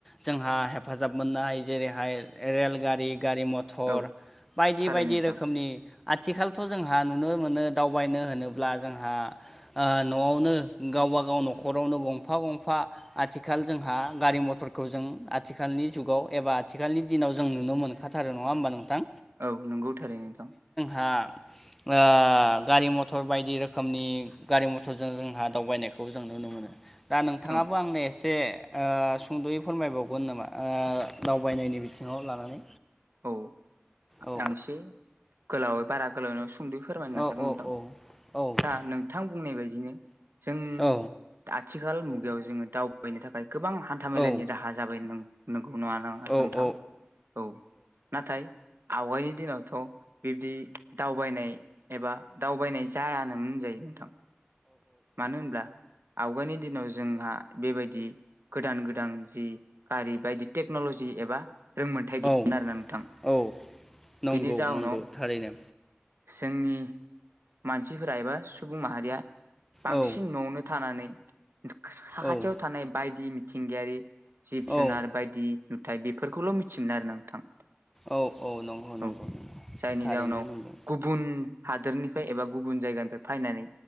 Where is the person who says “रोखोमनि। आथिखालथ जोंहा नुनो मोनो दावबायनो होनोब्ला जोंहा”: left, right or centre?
Centre